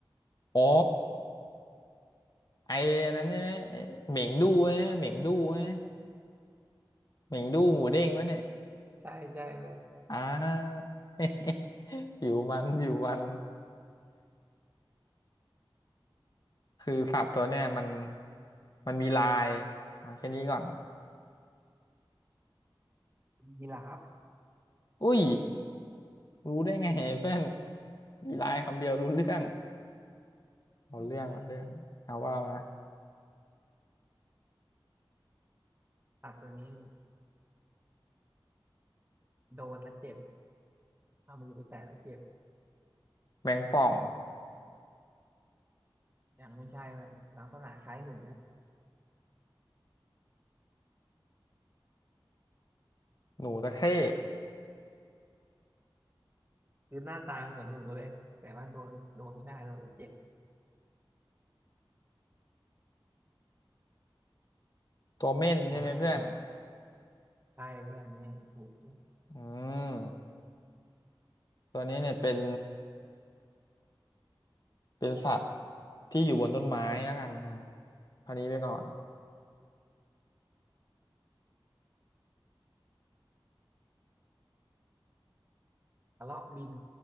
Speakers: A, on the left; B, on the right.
A: อ๋อไอ้นั้นใช่ไหมไอ้เหม่งดูฮะเหม่งดูฮะเหม่งดูหมูเด้งวะเนี่ย
B: ใช่ใช่ใช่เพื่อน
A: อ่า <laughs> ผิวมันผิวมันคือสัตว์ตัวเนี่ยมันมันมีลายเอาแค่นี้ก่อน
B: ยีราฟ
A: อุ้ยรู้ได้ไงเพื่อนมีลายคำเดียวรู้เรื่องเอาเรื่องเอาเรื่องเอาว่ามา
B: เนี่ยสัตว์ตัวนี้โดนแล้วเจ็บเอามือไปแตะแล้วเจ็บ
A: แมงป่อง
B: ยังไม่ใช่มันลักษณะคล้ายหนู
A: หนูตะเข้
B: คือหน้าตาเหมือนหนูเลยแต่ว่าโดนโดนไม่ได้โดนแล้วเจ็บ
A: ตัวเม่นใช่ไหมเพื่อน
B: ดูไหมดูไหมใช่เพื่อนไม่ถูกจริง
A: อืมตัวนี้เนี่ยเป็นเป็นสัตว์ที่อยู่บนต้นไม้แล้วกันนะคราวนี้ไปก่อน
B: กระรอกบิน